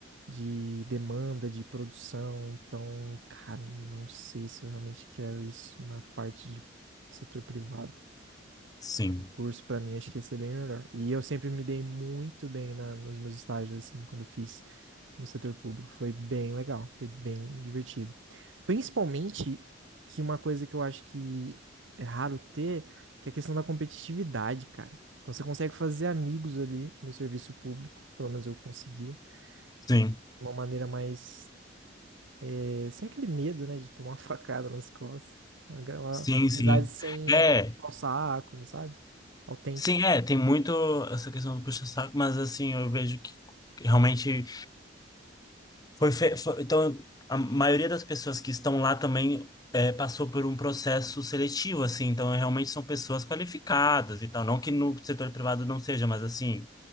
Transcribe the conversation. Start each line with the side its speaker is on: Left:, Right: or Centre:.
Right: de demanda, de produção. Então, cara, não sei se eu realmente quero isso na parte de setor privado.
Left: Sim,
Right: Concurso pra mim acho que ia ser bem melhor. E eu sempre me dei muito bem na, nos meus estágios, assim, quando eu fiz no setor público. Foi bem legal, foi bem divertido. Principalmente que uma coisa que eu acho que é raro ter, que é a questão da competitividade, cara. Então você consegue fazer amigos ali no serviço público, pelo menos eu conseguia,
Left: sim,
Right: e de uma maneira mais, eh, sem aquele medo, né, de tomar uma <laughs> facada nas costas. Uma, uma
Left: sim, sim.
Right: amizade sem
Left: É,
Right: puxar o saco, sabe? Autêntico.
Left: sim, é, tem muito essa questão do puxa-saco, mas assim, eu vejo que realmente Foi, fe- foi- então, a maioria das pessoas que estão lá também é, passou por um processo seletivo, assim, então realmente são pessoas qualificadas e tal. Não que no setor privado não seja, mas assim,